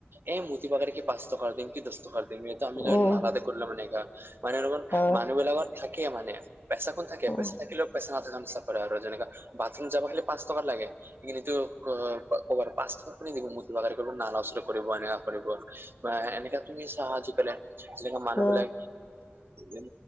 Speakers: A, on the right; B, on the left.
A: এই মুতি পকাৰে- পাঁচৰ টকাৰ কৰি দিম কি দহ টকাৰ কৰি দিম এইটো আমি
B: উম
A: নালাতে কৰিলো ম নেগা মানে
B: হয়
A: মানুহ বিলাকৰ থাকে মানে পইচা কোন থাকে
B: উম
A: পইচা থাকিলেও পইচা নথাকে আৰু যেনেকা বাথৰুম যাবা পাঁচ টকা লাগে কিন্তু অ ক'ব পাঁচ টকা কোনে দিব মুতিবৰ কৰিব নালা ওচৰত কৰিব এনেকা কৰিব এনেকা তুমি চাহ আজিকালি যেনেকে মানুহবিলাক
B: অ
A: এই